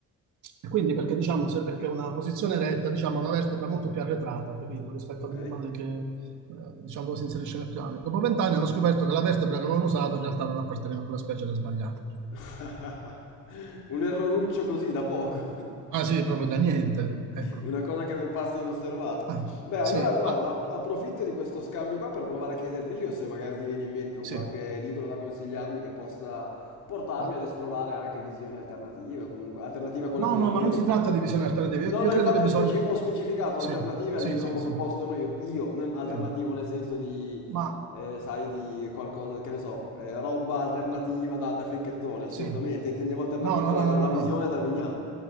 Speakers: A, on the right (about 75°); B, on the left (about 80°).
A: E quindi perché diciamo, se perché una posizione retta, diciamo, ha una vertebra molto più arretrata, capito, rispetto
B: ok.
A: all'animale che, eh, diciamo, dove si inserisce nel piano. Dopo vent'anni hanno scoperto che la vertebra che avevano usato in realtà non apparteneva a quella specie, era sbagliata.
B: <laughs> Un erroruccio così da poco.
A: Ah sì, proprio da niente, ecco.
B: Una cosa che passa inosservata.
A: Ah,
B: Beh, allora
A: sì,
B: guarda,
A: ah,
B: app- approfitto di questo scambio qua per provare a chiederti io se magari ti viene in mente un
A: sì.
B: qualche libro da consigliarmi che possa portarmi
A: ah.
B: ad esplorare anche visioni alternative, o comunque alternative a quella
A: No,
B: che ho detto
A: no, ma non
B: io.
A: si tratta di visioni alternative.
B: No,
A: Io, io
B: no,
A: credo
B: infatti
A: che bisogna...
B: ho, speci- ho specificato
A: Sì,
B: alternative
A: sì,
B: al libro
A: sì,
B: che ho
A: sì.
B: proposto noi- io, non alternativo
A: Sì.
B: nel senso di,
A: Ma
B: eh, sai, di qualcosa, che ne so, eh, roba alternativa da, da fricchettone, assolutamente.
A: sì.
B: Intendevo alternativo
A: No, no,
B: alla,
A: no, no,
B: alla
A: no,
B: visione
A: no.
B: darwiniana.